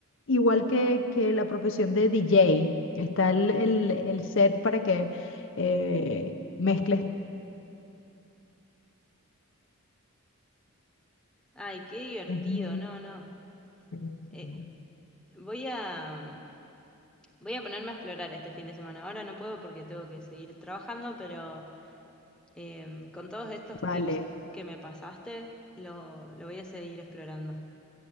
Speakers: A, on the left; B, in the centre.
A: Igual que, que la profesión de DJ, está el, el el set para que eh, mezcles.
B: Ay, qué divertido.
A: Es muy
B: No, no.
A: buenísimo.
B: Eh, voy a voy a ponerme a explorar este fin de semana. Ahora no puedo porque tengo que seguir trabajando, pero Em, con todos estos
A: Vale.
B: tips que me pasaste, lo, lo voy a seguir explorando.